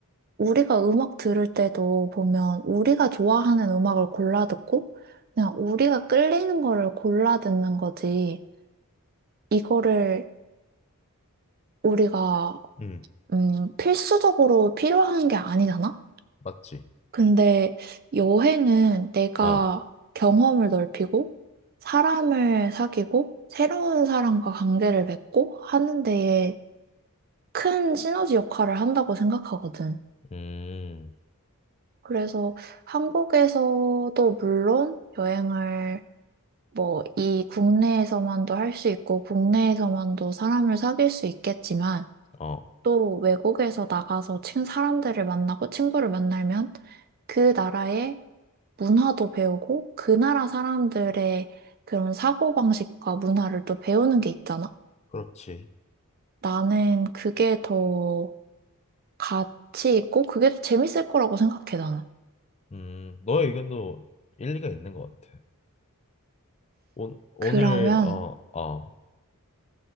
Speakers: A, on the right; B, on the left.
A: 우리가 음악 들을 때도 보면 우리가 좋아하는 음악을 골라 듣고 그냥 우리가 끌리는 거를 골라 듣는 거지. 이거를 우리가
B: 음,
A: 음, 필수적으로 필요한 게 아니잖아?
B: 맞지.
A: 근데 여행은 내가
B: 어,
A: 경험을 넓히고 사람을 사귀고 새로운 사람과 관계를 맺고 하는 데에 큰 시너지 역할을 한다고 생각하거든.
B: 음,
A: 그래서 한국에서도 물론 여행을 뭐 이 국내에서만도 할 수 있고 국내에서만도 사람을 사귈 수 있겠지만
B: 어.
A: 또 외국에서 나가서 친 사람들을 만나고 친구를 만나면 그 나라의 문화도 배우고 그 나라 사람들의 그런 사고방식과 문화를 또 배우는 게 있잖아.
B: 그렇지.
A: 나는 그게 더 가치 있고 그게 더 재밌을 거라고 생각해, 나는.
B: 음, 너의 의견도 일리가 있는 것 같아. 오, 오늘
A: 그러면
B: 어, 어,